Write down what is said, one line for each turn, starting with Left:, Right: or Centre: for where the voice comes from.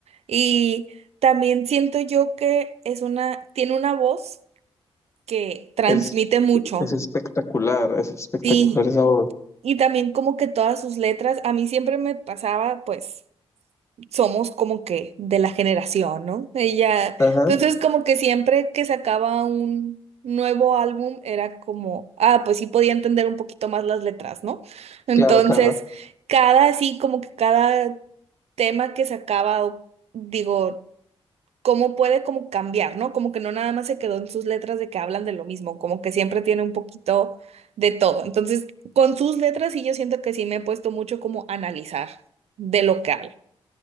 Right: y también siento yo que es una, tiene una voz que transmite
Left: Es,
Right: mucho,
Left: es espectacular, es espectacular
Right: sí,
Left: esa voz.
Right: y también como que todas sus letras, a mí siempre me pasaba pues somos como que de la generación, ¿no? Ella,
Left: Ajá,
Right: entonces como que siempre que sacaba un nuevo álbum era como, ah, pues sí podía entender un poquito más las letras, ¿no? Entonces,
Left: claro, claro.
Right: cada así como que cada tema que sacaba, o- digo, cómo puede como cambiar, ¿no? Como que no nada más se quedó en sus letras de que hablan de lo mismo, como que siempre tiene un poquito de todo. Entonces, con sus letras sí yo siento que sí me he puesto mucho como a analizar de lo que habla.